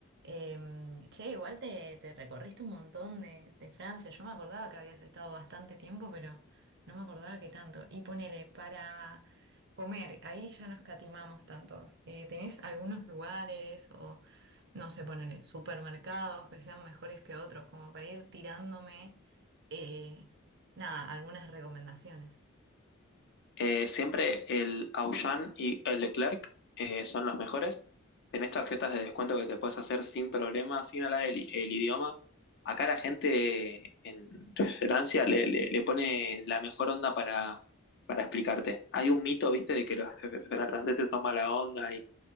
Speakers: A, on the right; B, on the left.
A: Em, che, igual te, te recorriste un montón de, de Francia. Yo me acordaba que habías estado bastante tiempo, pero no me acordaba que tanto. Y ponele, para Comer, ahí ya no escatimamos tanto. Eh, ¿tenés algunos lugares o, no sé, ponele, supermercados que sean mejores que otros, como para ir tirándome, eh, nada, algunas recomendaciones?
B: Eh, siempre el Auchan y el Leclerc eh, son los mejores. Tenés tarjetas de descuento que te puedes hacer sin problema, sin hablar el, el idioma. Acá la gente en Francia le, le- le pone la mejor onda para, para explicarte. Hay un mito, viste, de que los franceses toman la onda